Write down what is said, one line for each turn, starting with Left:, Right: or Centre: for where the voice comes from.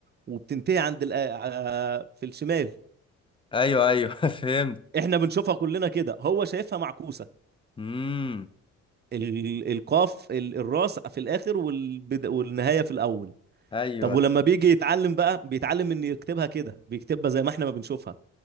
Right: وبتنتهي عند ال آه، في الشمال
Left: ايوه ايوه <laughs> فهمت
Right: احنا بنشوفها كلنا كده هو شايفها معكوسه
Left: امم
Right: ال القاف ال الراس في الاخر والبد والنهايه في الاول
Left: ايوه
Right: طب ولما بيجي يتعلم بقى بيتعلم ان يكتبها كده بيكتبها زي ما احنا ما بنشوفها